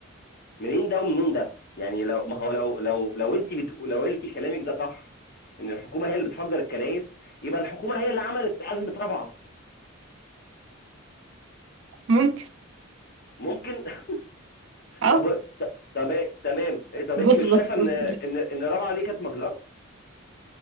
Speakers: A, on the left (about 50°); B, on the right (about 70°).
A: منين ده ومنين ده يعني لو ما هو لو لو لو انت بتقول لو انت كلامك ده صح ان الحكومه هي اللي بتفجر الكنائس يبقى الحكومه هي اللي عملت ازمه رابعه
B: ممكن
A: ممكن <laughs>
B: اه
A: طب ط- طب تمام إيه، طب
B: بص
A: انت مش
B: بص
A: شايفه ان
B: بص
A: ان ان الرابعه دي كانت مجزره؟